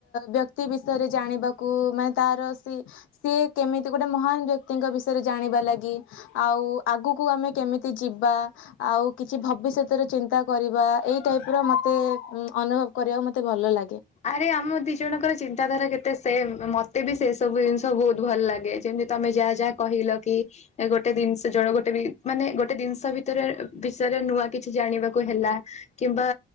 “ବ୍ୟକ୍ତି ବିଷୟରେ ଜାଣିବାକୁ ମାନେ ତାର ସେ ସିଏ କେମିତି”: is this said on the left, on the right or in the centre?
Left